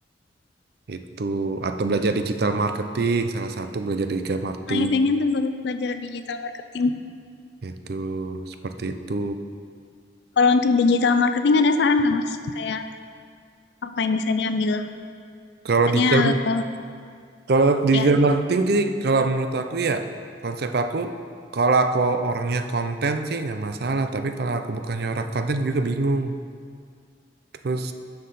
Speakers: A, on the right; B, on the left.
A: itu atau belajar digital marketing salah satu belajar digital marketing
B: Saya pengen tuh bela- belajar digital marketing.
A: itu seperti itu
B: Kalau untuk digital marketing ada saran nggak Mas? Kayak apa yang bisa diambil?
A: kalau
B: Soalnya
A: digital
B: eh,
A: kalau digital
B: ya.
A: marketing sih kalau menurut aku ya konsep aku kalau aku orangnya konten sih nggak masalah tapi kalau aku bukannya orang konten juga bingung terus